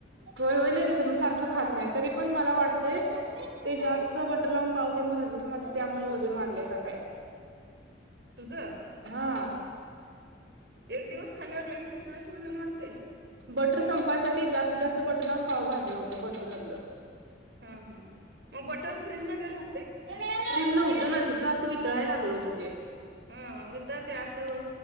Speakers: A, on the right; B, on the right.
A: होय होई लय दिवसांत, सारखं खात नाही तरी पण मला वाटते तेत बटर लावून पावते भाजून, तर माझ त्यामुळे वजन वाढलंय का काय
B: तुझं?
A: हा
B: एक दिवस खाल्यावर लगेच दुसऱ्या दिवशी वजन वाढतय.
A: बटर संपायसाठी जास्त जास्त बटर लावून पाव भाजलं होतं, बटर मधलं
B: हा हा मग बटर फ्रीज मध्ये राहतेय की,
A: त नव्हतं ना तिथं असं वितळाला लागलं होतं ते.
B: हा वितळतय, असं